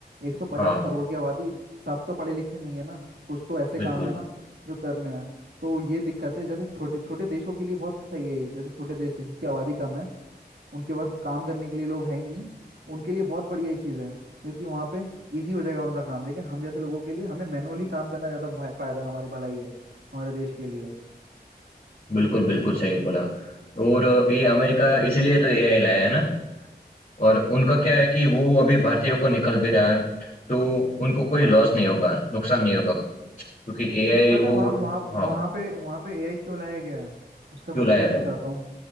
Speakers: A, on the right (about 80°); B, on the left (about 50°).
A: 150
B: हाँ,
A: करोड़ की आबादी सब तो पढ़े लिखे नहीं है ना कुछ तो ऐसे
B: बिल्कुल
A: काम है ना जो करने हैं तो ये दिक्कत है जैसे छोटे छोटे देशों के लिए बहुत सही है ये जैसे छोटे देश है जिसकी आबादी कम है उनके पास काम करने के लिए लोग हैं ही नहीं उनके लिए बहुत बढ़िया ये चीज़ है क्योंकि वहाँ पे इजी हो जाएगा उनका काम लेकिन हम जैसे लोगों के लिए हमें मैनुअली काम करना ज़्यादा फायदा है हमारे भलाई है हमारे देश के लिए
B: बिल्कुल बिल्कुल सही बोला और अ, ये
A: हाँ
B: अमेरिका इसलिए तो एआई लाया है ना और उनका
A: हाँ
B: क्या है कि वो अभी भारतीयों को निकल भी रहा है तो उनको
A: हाँ
B: कोई लॉस नहीं होगा नुकसान नहीं होगा क्योंकि एआई
A: देख पता
B: वो
A: है वहाँ वहाँ वहाँ
B: हाँ
A: पे वहाँ पे एआई क्यों लाया गया है उसका
B: क्यों
A: मैं तुझे
B: लाया गया
A: बताता
B: है?
A: हूँ